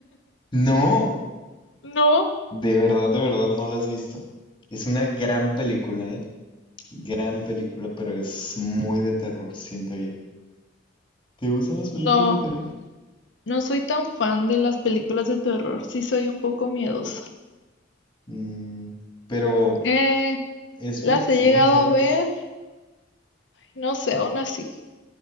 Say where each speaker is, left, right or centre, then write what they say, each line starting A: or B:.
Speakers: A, on the left; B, on the left.
A: No,
B: no,
A: de verdad, de verdad no la has visto. Es una gran película, ¿eh? Gran película, pero es muy de terror, siento yo. ¿Te gustan las películas
B: no.
A: de terror?
B: No soy tan fan de las películas de terror. Sí soy un poco miedosa.
A: Mm, pero
B: Eh,
A: es fricción,
B: las he llegado
A: ¿sabes?
B: a ver, no sé, aún así.